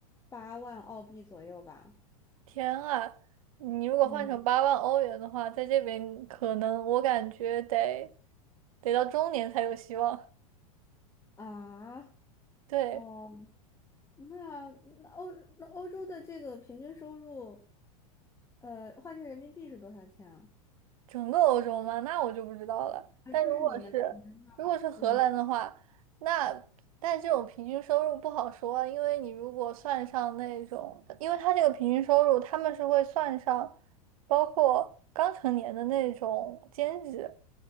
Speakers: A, on the left (about 15°); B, on the right (about 65°).
A: 八万澳币左右吧。
B: 天啊，你如果换成八万欧元的话，
A: 嗯，
B: 在这边可能我感觉得得到中年才有希望。
A: 啊，
B: 对。
A: 哦，那那欧那欧洲的这个平均收入，呃，换成人民币是多少钱啊？
B: 整个欧洲吗？那我就不知道了。
A: 啊，
B: 但如果是如果是荷兰的话，
A: 就是你们你们那儿，嗯
B: 那但这种平均收入不好说啊，因为你如果算上那种，因为他这个平均收入他们是会算上包括刚成年的那种兼职，